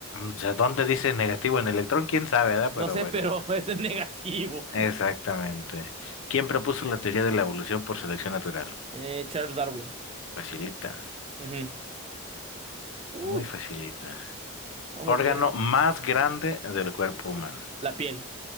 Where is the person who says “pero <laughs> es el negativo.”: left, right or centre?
Right